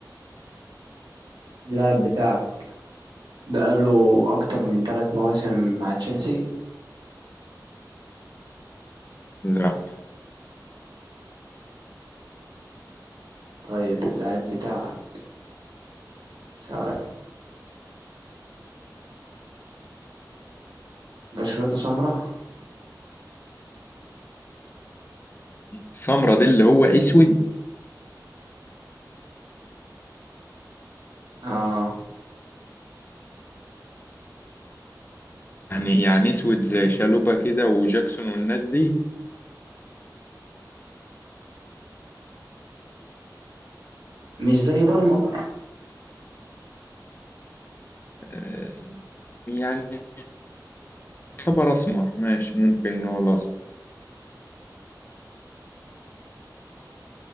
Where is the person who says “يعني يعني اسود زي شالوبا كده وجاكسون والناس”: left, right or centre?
Left